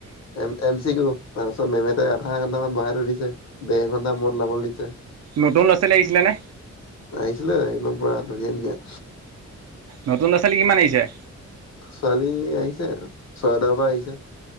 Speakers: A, on the left; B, on the right.
A: এম, এম চি কিও তাৰপিছত মে'মহেতে আধা ঘণ্টামান বহাই থৈ দিছে। দেৰ ঘণ্টা মুৰত ওলাব দিছে।
B: নতুন ল'ৰা ছোৱালী আহিছিলে নে?
A: আহিছিলে, একদম পুৰা ধুনীয়া-ধুনীয়া।
B: নতুন ল'ৰা ছোৱালী কিমান আহিছে?
A: ছোৱালী আহিছে ছয়দাৰ পৰা আহিছে।